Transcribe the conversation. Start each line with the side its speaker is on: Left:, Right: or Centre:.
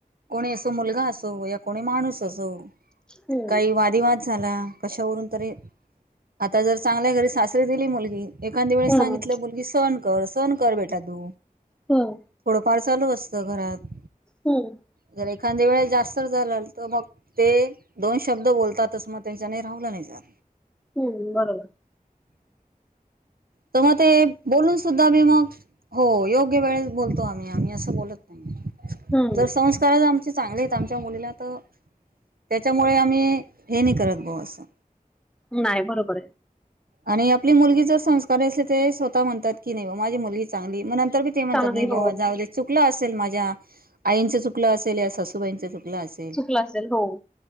Right: कोणी असो मुलगा असो या कोणी माणूस असो
Centre: हम्म
Right: काही वादिवाद झाला कशावरून तरी आता जर चांगल्या घरी सासरी दिली मुलगी एखादी्या वेळेस
Centre: हम्म
Right: सांगितलं मुलगी सण कर सहन कर बेटा तू
Centre: हम्म
Right: थोडंफार चालू असत घरात
Centre: हम्म
Right: जर एखाद्या वेळे जास्त झालाल तर मग ते दोन शब्द बोलतातच म लज नाही राहला नाही जात
Centre: हम्म बरोबर
Right: तर मग ते बोलून सुद्धा मी मग हो योग्य वेळेस बोलतो आम्ही आम्ही असं बोलत नाही
Centre: हम्म
Right: जर संस्कारच आमचे चांगले आहेतेत आमच्या मुलीला तो त्याच्यामुळे आम्ही हे नाही करत भाऊ असं
Centre: नाही बरोबर आहे
Right: आणि आपली मुलगी जर संस्कार असली ते स्वतः म्हणतात की नाही मग माझी मुलगी चांली तरी ते म्हणतात
Centre: चांगली
Right: नाही
Centre: हो
Right: ब जाऊ दे चुकलं असेल माझ्या आईंच चुकलं असेल या सासूबाईंच चुकलं असेल
Centre: चुकलं असेल हो